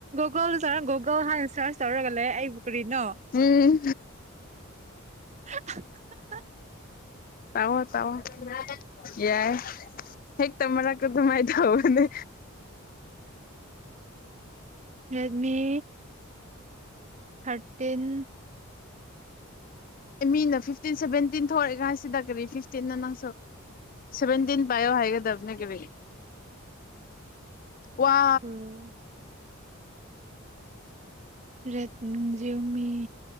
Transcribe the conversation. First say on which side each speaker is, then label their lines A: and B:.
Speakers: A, on the right; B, on the left.
A: ꯒꯣꯜ ꯁꯥꯔꯣꯒ ꯑꯣꯣ ꯍꯥꯟꯅ ꯁꯔꯁ ꯇꯧꯔꯒ ꯂꯩ ꯑꯩꯕꯨ ꯀꯔꯤꯅꯣ
B: ꯎꯝ
A: <unintelligible>
B: ꯇꯋꯥꯣ ꯇꯋꯥꯣ ꯌꯥꯏ ꯍꯦꯒ ꯇꯔ ꯀ ꯑꯗꯨꯥꯏ ꯇ ꯍꯕꯅꯤ
A: ꯔꯦꯗꯃꯤ ꯊꯥꯔꯇꯤꯟ
B: ꯑꯦ ꯃꯤꯅ ꯐꯤꯐꯇꯤꯟ ꯁꯚꯦꯟꯇꯤꯟ ꯊꯣꯛꯂꯛꯑꯏ ꯀꯥꯟꯁꯤꯗ ꯀꯔꯤ ꯐꯤꯐꯇꯤꯟꯅ ꯅꯪꯁꯨ ꯁꯦꯚꯦꯟꯇꯤꯟ ꯄꯥꯏꯌꯣ ꯍꯥꯏꯒꯗꯕꯅꯦ ꯀꯔꯤ ꯋꯥ
A: ꯄ꯭ꯔꯣ rate Xiaomi